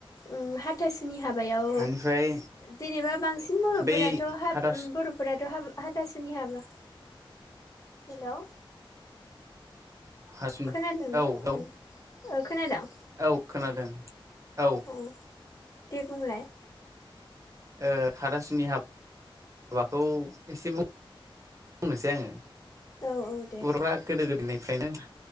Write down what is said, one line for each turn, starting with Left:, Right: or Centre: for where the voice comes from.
Left: उम हाथासुनि हाबायाव
Right: बेनिफ्राय
Left: जेनेबा बांसिन बर'फोराथ'
Right: बै
Left: हाब
Right: हाथासु
Left: उम बर'फोराथ' हाब हाथा सुनि हाबा, हेल'?
Right: हासुनि
Left: खोनादोंना
Right: औ औ
Left: ओं ओ खोनादोंं?
Right: औ खोनादों औ।
Left: अ दे बुंलाय।
Right: ओ हादासुनि हाबाखौ एसे बुं नोसै आङो,
Left: औ औ दे
Right: बर'फ्रा गोदो गोदोनिफ्रायनो